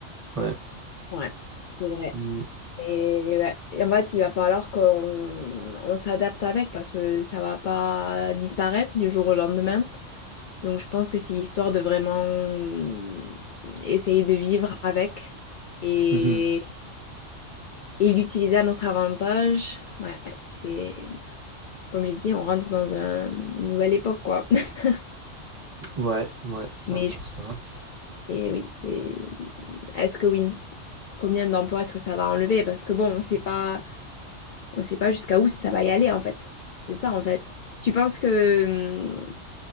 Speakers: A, on the right; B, on the left.
A: Ouais.
B: Ouais, c'est vrai.
A: Mm.
B: Et, ouais. Et en fait, il va falloir qu'on on s'adapte avec parce que ça va pas disparaître du jour au lendemain. Donc, je pense que c'est histoire de vraiment euh, essayer de vivre avec. et
A: Mhm.
B: et l'utiliser à notre avantage. Ouais, c'est, comme j'ai dit, on rentre dans un- une nouvelle époque, quoi. <laughs>
A: Ouais, ouais, 100%.
B: Mais je- et oui, c'est. Est-ce que oui? Combien d'emplois est-ce que ça va enlever? Parce que bon, on sait pas, on sait pas jusqu'à où ça va y aller en fait. C'est ça en fait. Tu penses que hum,